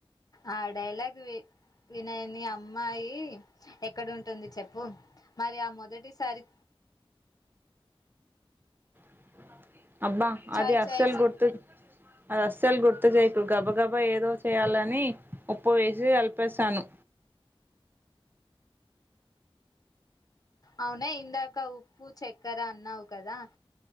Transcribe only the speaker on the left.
ఆ డైలాగ్ వి వినయంది అమ్మాయి ఎక్కడ ఉంటుంది చెప్పు మరి ఆ మొదటి సారి
చాయ్
చాయ్ సి
అవున ఇందాక ఉప్పు చక్కెర అన్నావు కదా